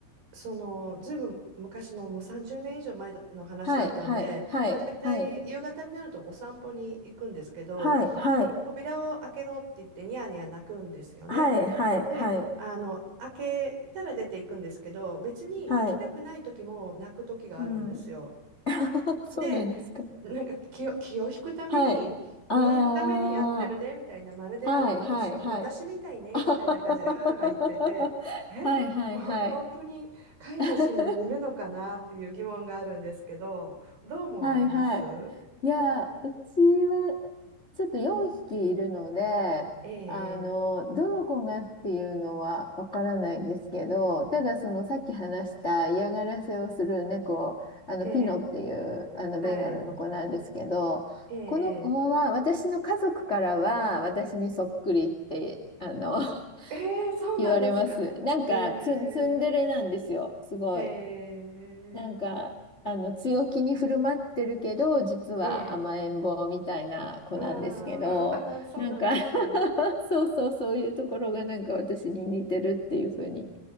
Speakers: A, on the right (about 50°); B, on the left (about 20°).
A: そのずいぶん昔のもう30年以上前の話だったんで、
B: はい、はい、はい、
A: まあ、大体夕方になるとお散歩に行くんですけど
B: はい。はい、はい、
A: 扉を開けろって言ってニヤニヤ泣くんですよね。
B: はい、はい、
A: であの開けたら出ていくんですけど別に行きたくない時も泣く時があるんですよ。
B: はい、はい、うん。<laughs> そうなんですか。
A: で、なんか気を、気を引くために、
B: はい。あ
A: 気を引くためにやってるねみたいな、まるであの私、
B: あ、はい、はい、はい。
A: 私みたいねみたいな感じで母が言ってて、
B: <laughs> あははははははい、
A: え、
B: はい、
A: <laughs> ほ本当に飼い主に似るのかなっていう疑問があるんですけど、
B: はい。<laughs>
A: どう思われます
B: はいはい。いや、うちはちょっと4匹いるので、
A: え
B: あの、
A: え、
B: どの子がっていうのはわからないんですけど、ただそのさっき話した嫌がらせをする猫、あのピノっていうあのベンガルの子なんですけど、
A: ええ、はい、ええ、
B: この子は私の家族からは私にそっくりってあの <laughs>
A: ええ、ええそうなんですか。
B: 言われます。なんかツン、
A: へえ、
B: ツンデレなんですよ、すごい。
A: へえ、
B: なんか、あの、強気に振る舞ってるけど、実は甘えん坊みたいな子なんですけど、
A: ええ、ああ、<laughs> ああ、そうなんですね。
B: なんか <laughs> そうそう、そういうところがなんか私に似てるっていうふうに、